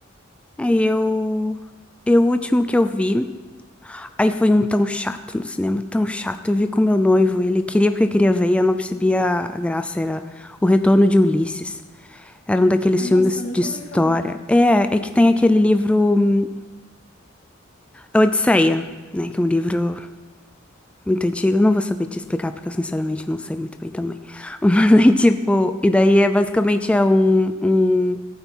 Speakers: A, in the centre; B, on the left.
A: Aí eu. Eu, o último que eu vi, aí foi um tão chato no cinema, tão chato. Eu vi com meu noivo, ele queria porque queria ver e eu não percebia a graça. Era O Retorno de Ulisses. Era um daqueles
B: Nossa,
A: filmes
B: eu nunca
A: de história.
B: ouvi falar.
A: É, é que tem aquele livro hum, A Odisseia, né? Que é um livro muito antigo. Eu não vou saber te explicar porque eu sinceramente não sei muito bem também. <laughs> Mas aí, tipo, e daí é basicamente é um, um